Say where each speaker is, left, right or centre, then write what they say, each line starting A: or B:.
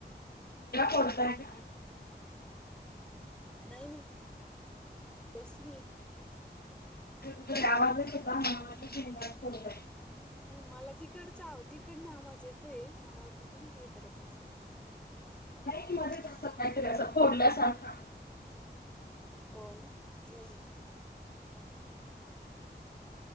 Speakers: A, on the left (about 60°); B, in the centre.
A: कोणता आणि <unintelligible>
B: नाही नाही बसलीय.
A: आवाज येत होता मला वाटल शेंगाच फोडतात.
B: नाही मला तिकडचा तिकडनं आवाज येतोय मला वाटलं तुम्ही काय करत असाल.
A: नाही मध्ये
B: <unintelligible>
A: फोडल्या सारखा.
B: हो ना नाही.